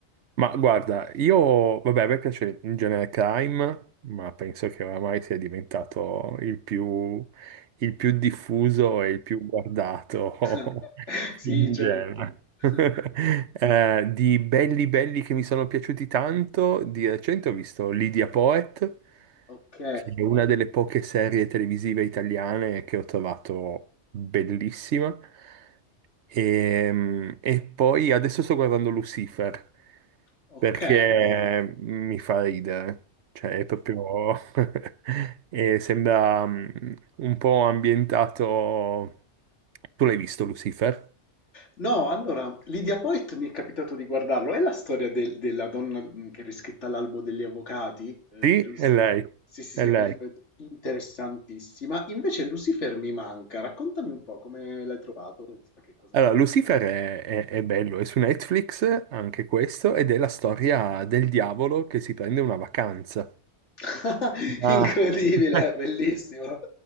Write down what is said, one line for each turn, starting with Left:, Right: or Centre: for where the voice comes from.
Right: ma guarda, io, vabbè, a me piace in genere crime, ma penso che oramai sia diventato il più, il più diffuso e il più guardato
Left: <laughs>
Right: <laughs>
Left: Sì,
Right: in
Left: certo.
Right: genere.
Left: <laughs>
Right: <laughs> Eh, di belli belli che mi sono piaciuti tanto, di recente ho visto Lydia Poet,
Left: Ok,
Right: che è una delle poche serie televisive italiane che ho trovato bellissima. Ehm, E, poi adesso sto guardando Lucifer
Left: ok.
Right: perché mi fa ridere, cioè è proprio... <laughs> e sembra mm, un po' ambientato... Tu l'hai visto Lucifer?
Left: No, allora, Lydia Poet mi è capitato di guardarlo. È la storia del- della donna mh, che è riscritta all'albo degli avvocati, eh,
Right: Sì,
Left: giusto?
Right: è lei,
Left: Sì, sì,
Right: è
Left: sì,
Right: lei.
Left: perfetto. Interessantissima. Invece Lucifer mi manca. Raccontami un po' come l'hai trovato, insomma, che cosa...
Right: Allora, Lucifer è, è- è bello, è su Netflix anche questo, ed è la storia del diavolo che si prende una vacanza.
Left: <laughs>
Right: Ah.
Left: Incredibile,
Right: <laughs>
Left: bellissimo. <laughs>